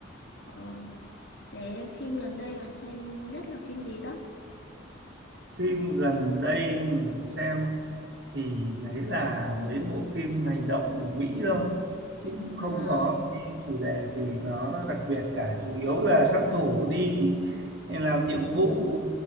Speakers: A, on the left (about 55°); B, on the right (about 60°).
A: ờ, thế phim gần đây bạn xem nhất là phim gì đó?
B: phim gần đây mình xem thì đấy là mấy bộ phim hành động của Mỹ thôi chứ cũng không
A: À,
B: có cái chủ đề gì nó đặc biệt cả chủ yếu là sát thủ đi làm nhiệm vụ